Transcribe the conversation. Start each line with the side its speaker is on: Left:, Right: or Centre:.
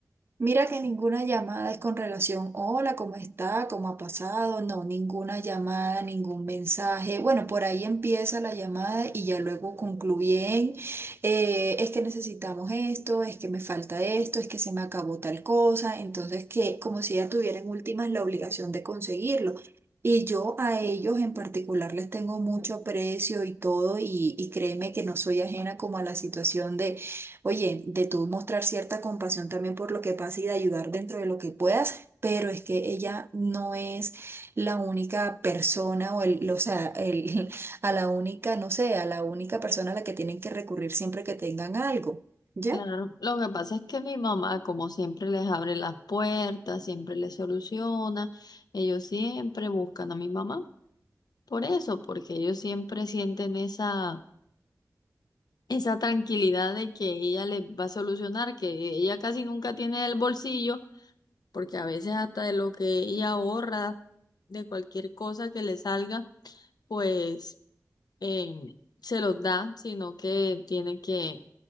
Right: Mira que ninguna llamada es con relación, hola, ¿cómo está? ¿Cómo ha pasado? No, ninguna llamada, ningún mensaje. Bueno, por ahí empieza la llamada y ya luego concluyen, eh, es que necesitamos esto, es que me falta esto, es que se me acabó tal cosa. Entonces, que como si ya tuvieran últimas la obligación de conseguirlo. Y yo a ellos en particular les tengo mucho aprecio y todo, y, y créeme que no soy ajena como a la situación de Oye, de tú mostrar cierta compasión también por lo que pasa y de ayudar dentro de lo que puedas, pero es que ella no es la única persona o el, o sea, el, <laughs> a la única, no sé, a la única persona a la que tienen que recurrir siempre que tengan algo. ¿Ya?
Left: Claro, lo que pasa es que mi mamá, como siempre, les abre las puertas, siempre les soluciona, ellos siempre buscan a mi mamá. Por eso, porque ellos siempre sienten esa, esa tranquilidad de que ella les va a solucionar, que ella casi nunca tiene el bolsillo. porque a veces hasta de lo que ella ahorra, de cualquier cosa que le salga, pues em, se los da, sino que tiene que